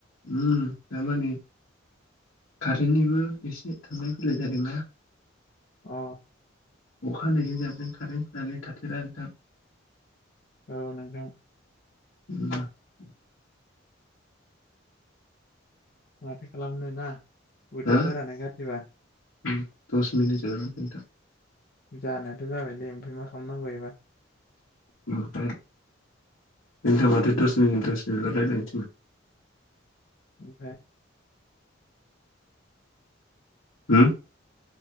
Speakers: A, on the left; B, on the left.
A: उम दामानि कारेन्टनिबो एसे थांलाय फैलाय जादोंना
B: अ
A: अखाहायजों जाबजों कारेन्ट थायलै थानानै थाथेरा नोंथां
B: औ नोंथां
A: उम
B: माथो खालामनो ना बोथोरफोरानो
A: हो
B: गाज्रिबा
A: उम दस मिनिट जाबाय मोन नोंथां
B: जानायाथ' जाबायलै ओमफ्राय मा खालामनांगौ एबार
A: ओमफाय <unintelligible> नोंथा माथो दस मिनिट दस मिनिटला रायजायनो थिननो
B: ओमफाय
A: होम